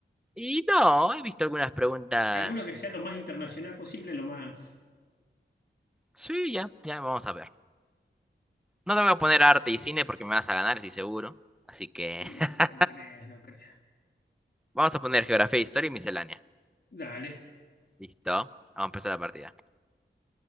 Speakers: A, in the centre; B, on the left (about 55°).
A: Y no, he visto algunas preguntas.
B: Alguno que sea lo más internacional posible, lo más...
A: Sí, ya, ya vamos a ver. No te voy a poner arte y cine porque me vas a ganar, estoy seguro. Así que
B: Eh,
A: <laughs>
B: no crees, no creas.
A: vamos a poner geografía, historia y miscelánea.
B: Dale.
A: Listo. Vamos a empezar la partida.